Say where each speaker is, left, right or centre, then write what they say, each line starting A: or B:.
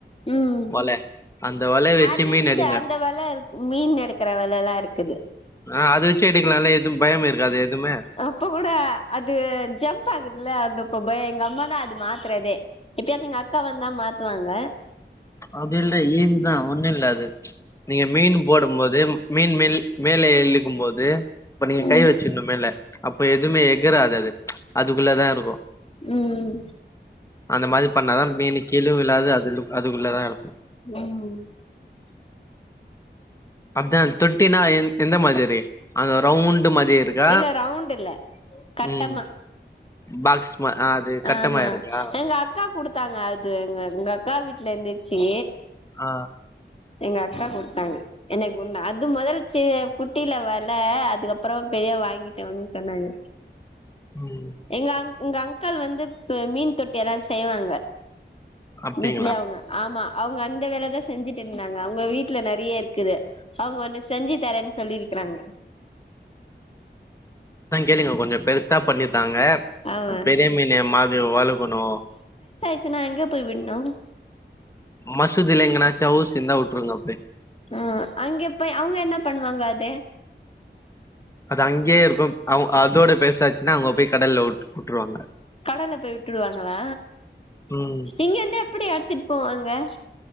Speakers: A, on the left; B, on the left.
A: ம்
B: வல அந்த வலைய வச்சு
A: அது
B: மீன்
A: இக்குது
B: எடுங்க
A: அந்த வல இருக்கு மீன் எடுக்குற வலல்லா இருக்குது
B: ஆ அது வச்சு எடுக்கலால்ல எதுவு பயம் இருக்காது எதுமே
A: அப்ப கூட அது ஜம்ப் ஆகுதுல்ல அந்த ப்பொபே எங்க அம்மாதா அது மாத்துறதே எப்பயாச்சு எங்க அக்கா வந்தா மாத்துவாங்க
B: அது இல்ல ஈஸிதா ஒன்னுல்ல அது நீங்க மீனு போடும்போது மீன் மில் மேல எழுக்கும்போது இப்ப நீங்க
A: ம்
B: கை வெச்சிருனு மேல அப்ப எதுமே எகுறாது அது அதுக்குள்ள தா இருக்கு
A: ம்
B: அந்த மாரி பண்ணாதா மீனு கீழயு விழாது அதுலு அ துக்குள்ளதா இருக்கு
A: ம்
B: அதா தொட்டினா எந் எந்த மாதிரி இருக்கு அந்த ரவுண்டு மாதி இருக்கா
A: இல்ல ரவுண்ட் இல்ல கட்டமா
B: ம் பாக்ஸ் மா அது கட்டமா
A: ஆமா
B: இருக்கா
A: எங்க அக்கா குடுத்தாங்க அது எங்க எங்க அக்கா வீட்லந்து எ ச்சி
B: ஆ
A: எங்க அக்கா குடுத்தாங்க எனக்கொன்னு அது மொதல் செ குட்டில வல அதுக்கப்பறோ பெயா வாங்கிட்டு வந்து சொன்னாங்க
B: ம்
A: எங்க அங் எங்க அங்கள் வந்து து மீன் தொட்டியெலா செய்வாங்க
B: அப்டிங்களா
A: வீட்லயே அவுங்க ஆமா அவுங்க அந்த வேலதா செஞ்சுட்டுருந்தாங்க அவுங்க வீட்ல நெறைய இருக்குது அவுங்க ஒன்னு செஞ்சு தரேன் சொல்லியிருக்குறாங்க
B: ஆ கேளுங்க கொஞ்ச பெருசா பண்ணி தாங்க
A: ஆமா
B: பெரிய மீனு மாரி வளக்கணு
A: ச்சுனா எங்க போய் விட்னு
B: மசூதில எங்கனாச்சு அவுஸ் இருந்தா வுட்ருங்க அப்டே
A: ம் அங்கெப்பொய் அவுங்க என்ன பண்ணுவாங்க அது
B: அது அங்கெயே இருக்கு அவ அதோட பெருசாச்சுனா அவுங்க போய் கடல்லவுட் உட்ருவாங்க
A: கடல்ல போய் உட்டுடுவாங்களா
B: ம்
A: இங்கெந்து எப்பிடி எடுத்துட் போவாங்க <inaudible>